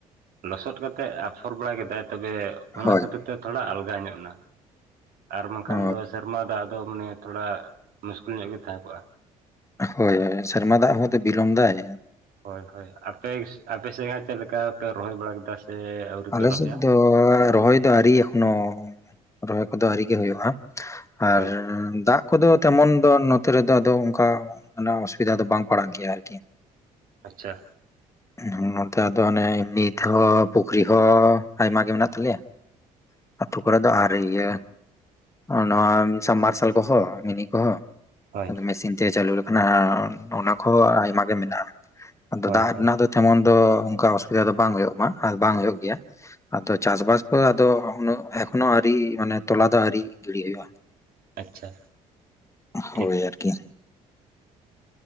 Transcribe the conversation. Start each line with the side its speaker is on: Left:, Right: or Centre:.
Right: ᱞᱚᱥᱚᱫ ᱠᱟᱛᱮᱜ ᱟᱯᱷᱚᱨ ᱵᱟᱲᱟ ᱠᱮᱫᱟᱭ ᱛᱚᱵᱮ ᱚᱱᱟ
Left: ᱦᱳᱭ
Right: ᱠᱷᱟᱹᱛᱤᱨ ᱛᱮ ᱛᱷᱚᱲᱟ ᱟᱞᱜᱼᱟ ᱧᱚᱜ ᱮᱱᱟ ᱟᱨ ᱵᱟᱝᱠᱷᱟᱱ
Left: ᱚ
Right: ᱫᱚ ᱥᱮᱨᱢᱟ ᱫᱟᱜ ᱫᱚ ᱢᱟᱱᱮ ᱛᱷᱚᱲᱟ ᱢᱩᱥᱠᱤᱞ ᱧᱚᱜ ᱜᱮ ᱛᱟᱦᱮᱸ ᱠᱚᱜᱼᱟ
Left: ᱦᱳᱭ ᱦᱳᱭ ᱥᱮᱨᱢᱟ ᱫᱟᱜ ᱦᱚᱸᱛᱚ ᱵᱤᱞᱚᱢᱫᱟᱭ
Right: ᱦᱳᱭ ᱦᱳᱭ ᱟᱯᱮ ᱟᱯᱮᱥᱮᱫ ᱦᱟᱸᱜ ᱪᱮᱫ ᱞᱮᱠᱟ ᱯᱮ ᱨᱚᱦᱚᱭ ᱵᱟᱲᱟ ᱠᱮᱫᱟ ᱥᱮ ᱟᱹᱣᱨᱤ
Left: ᱟᱞᱮᱥᱮᱫ
Right: ᱯᱮ ᱨᱚᱦᱚᱭᱟ
Left: ᱫᱚ ᱨᱚᱦᱚᱭ ᱫᱚ ᱟᱨᱤᱭᱟ ᱠᱱᱳ ᱨᱚᱦᱚᱭ ᱠᱚᱫᱚ ᱟᱹᱣᱨᱤᱜᱮ ᱦᱩᱭᱩᱜᱼᱟ
Right: ᱦᱳᱭ
Left: ᱟᱨ ᱫᱟᱜ ᱠᱚᱫᱚ ᱛᱮᱢᱚᱱ ᱫᱚ ᱱᱚᱛᱮ ᱨᱮᱫᱚ ᱟᱫᱚ ᱚᱱᱠᱟ ᱚᱥᱩᱵᱤᱫᱟ ᱫᱚ ᱵᱟᱝ ᱯᱟᱲᱟᱜ ᱜᱮᱭᱟ ᱟᱨᱠᱤ
Right: ᱟᱪᱪᱷᱟ
Left: <unintelligible> ᱯᱩᱠᱷᱨᱤ ᱦᱚᱸ ᱟᱭᱢᱟ ᱜᱮ ᱢᱮᱱᱟᱜ ᱛᱟᱞᱮᱭᱟ᱾ ᱟᱹᱛᱩ ᱠᱚᱨᱮ ᱫᱚ ᱟᱨ ᱤᱭᱟᱹ ᱱᱚᱶᱟ ᱥᱟᱢ ᱢᱟᱨᱥᱟᱞ ᱠᱚᱦᱚᱸ ᱢᱤᱱᱤ ᱠᱚᱦᱚᱸ
Right: ᱦᱳᱭ
Left: ᱟᱫᱚ ᱢᱮᱥᱤᱱ ᱛᱮ ᱪᱟᱹᱞᱩ ᱞᱮᱠᱷᱟᱱ ᱚᱱᱟ ᱠᱚᱦᱚᱸ ᱟᱭᱢᱟ ᱜᱮ ᱢᱮᱱᱟᱜᱼᱟ ᱟᱫᱚ
Right: ᱦᱳᱭ
Left: ᱫᱟᱜ
Right: ᱦᱳᱭ
Left: ᱨᱮᱱᱟᱜ ᱫᱚ ᱛᱮᱢᱚᱱ ᱫᱚ ᱚᱱᱠᱟ ᱚᱥᱩᱵᱤᱫᱷᱟ ᱫᱚ ᱵᱟᱝ ᱦᱳᱭᱳᱜ ᱢᱟ ᱟᱨ ᱵᱟᱝ ᱦᱳᱭᱳᱜ ᱜᱮᱭᱟ ᱟᱫᱚ ᱪᱟᱥ ᱵᱟᱥ ᱠᱚ ᱟᱫᱚ ᱮᱠᱷᱚᱱᱚ ᱟᱣᱨᱤ ᱢᱟᱱᱮ ᱛᱚᱞᱟ ᱫᱚ ᱟᱣᱨᱤ ᱜᱤᱲᱤ ᱦᱩᱭᱩᱜᱭᱼᱟ
Right: ᱟᱪᱪᱷᱟ ᱴᱷᱤᱠ
Left: ᱦᱳᱭ ᱟᱨᱠᱤ